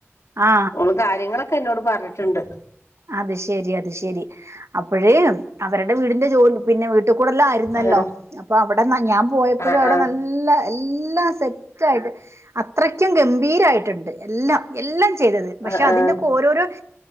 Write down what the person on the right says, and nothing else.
ആ
അത് ശെരി അത് ശെരി അപ്പഴേ അവരുടെ വീടിന്റെ ജോലി പിന്നെ- വീട്ടിൽ കൂടല ആയിരുന്നല്ലോ
അപ്പൊ അവിടെ ഞാൻ പോയപ്പോഴും
അവിടെ
നല്ല എല്ലാം സെറ്റ്ായിട്ട് അത്രയ്ക്കും ഗംഭീരായിട്ടുണ്ട് എല്ലാം എല്ലം - ചെയ്തത് പക്ഷെ
അതിന്റെക്കെ
ഓരോരോ -